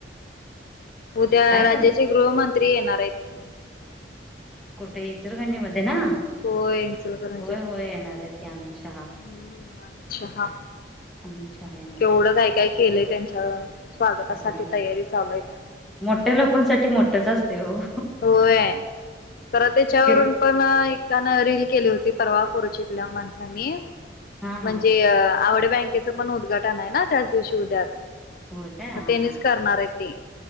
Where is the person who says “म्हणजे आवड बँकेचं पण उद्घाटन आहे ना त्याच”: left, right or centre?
Left